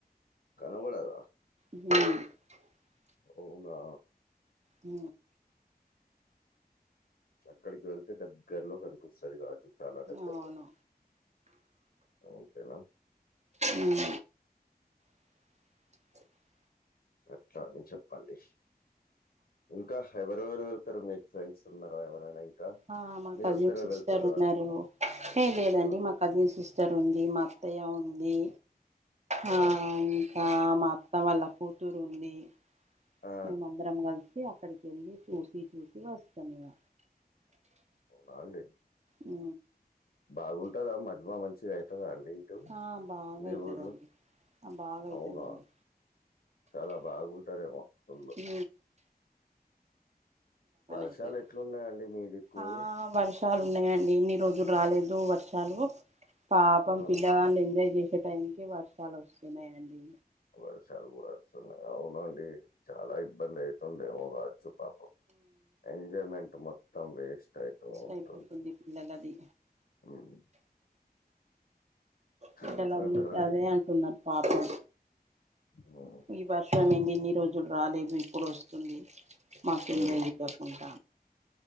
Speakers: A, on the left (about 65°); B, on the right (about 45°).
A: కనబడద
B: హ
A: అవునా
B: అ
A: అక్కడికి వెళ్తే దగ్గరలో కనిపిస్తది కా చాలా దగ్గర్లో
B: అవును
A: అంతేనా
B: ఉమ్ <inaudible>
A: ఎట్లా అని చెప్పండి ఇంకా ఎవరెవరు వెళ్తారు మీకు ఫ్రెండ్స్ ఉన్నార ఎవరైనా ఇంకా
B: ఆ మా
A: మీరు
B: కజిన్
A: ఒక్కరే
B: సిస్టర్
A: వెళ్తారా
B: ఉన్నారు ఏ లేదండి
A: ఆ
B: మా కజిన్ సిస్టర్ ఉంది మా అత్తయ్య ఉంది ఆ ఇంకా మా అత్త వాళ్ళ ఉంది
A: ఆ
B: మేము అందరం కలి అక్కడికి వెళ్ళి చూసి చూసి వస్తాను ఇగ
A: ఉందా అండి
B: ఉ
A: బాగుంటదా మజ్మా మంచిగా అవుతుందా అండి ఇటు
B: ఆ బాగా
A: మీ
B: అవుతదండి
A: ఊర్లో
B: ఆ బాగా అవుతదండి
A: అవునా చాలా బాగుంటదేమో ఫుల్
B: హ
A: వర్షాలు
B: అయితది
A: ఎట్లున్నాయండి మీదిక్కు
B: ఆ వర్షాలు ఉన్నాయండి ఇన్ని రోజులు రాలేదు వర్షాలు పాపం
A: ఆ
B: పిల్లగాలు ఎంజాయ్ చేసి ఇ టైంకి వర్షాలు వస్తున్నాయండి
A: వర్షాలు కూడా వస్తున్నాయి అవునండి చాలా ఇబ్బంది అయితుందేమోగా పాపం ఎంజాయ్మెంట్ మొత్తం వేస్ట్ వేస్ట్ అయితు ఉంటది
B: అయిపోతుంది పిల్లలది
A: ఉమ్
B: పిల్లలు
A: ఎట్లా అంటారండి
B: అదే అంటున్నారు పాపం
A: ఉమ్
B: ఈ వర్షం ఏందిన్ని రోజులు రాలేదు ఇప్పుడు వస్తుంది మాకెం
A: ఉమ్
B: ఎంజాయ్ లేకుంట